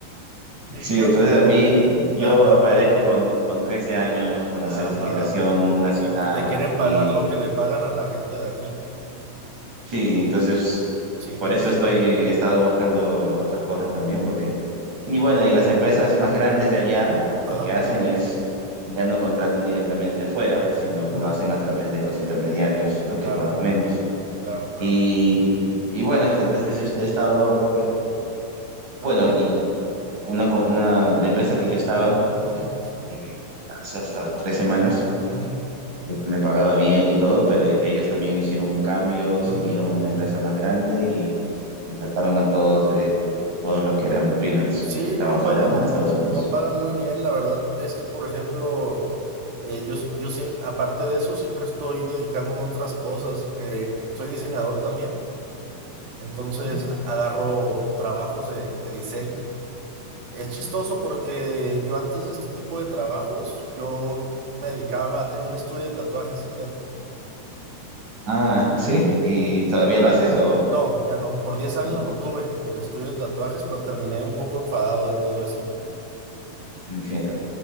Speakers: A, on the right; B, on the right.
A: Y
B: sí,
A: yo,
B: entonces a mí yo
A: ajá,
B: aparezco con, con 13 años, con la
A: ajá.
B: certificación nacional
A: Y, y te quieren
B: y
A: pagar lo que le pagan a la gente de aquí.
B: Sí, entonces
A: Sí,
B: por
A: te entiendo.
B: eso estoy, he estado buscando otras cosas también, porque, y bueno, y las empresas más grandes de allá
A: Ajá,
B: lo que hacen es, ya no contratan directamente afuera, sino
A: ujú,
B: que lo hacen a través de los intermediarios, ¿no?
A: Claro,
B: Que pagan menos.
A: claro, claro.
B: Y, y bueno, entonces este, he estado, eh, bueno, y una, co- una, la empresa que yo estaba,
A: Ujú,
B: eh, hace hasta tres semanas,
A: ujú.
B: me pagaba bien y todo, pero ellos también hicieron un cambio,
A: Mm.
B: se unieron a una empresa más grande y, y sacaron a todos, de- a todos los que eran freelance
A: Sí,
B: y que estaban
A: no
B: fuera,
A: pagan,
B: ¿no? De Estados
A: no,
B: Unidos.
A: no pagan muy bien, la verdad. Es que, por ejemplo, eh, yo, s- yo sé, aparte de eso, siempre estoy dedicándome a otras cosas. Eh, soy diseñador también, entonces
B: Entiendo.
A: a- agarro trabajos de, de diseño. Es chistoso porque yo antes de este tipo de trabajos, yo me dedicaba a tener un estudio de tatuajes. <laughs>
B: Ah, sí, ¿y todavía lo haces o
A: No, ya no. Por diez años
B: no? No,
A: lo tuve, el estudio de tatuajes, pero terminé un poco enfadado de todo eso.
B: <laughs> entiendo.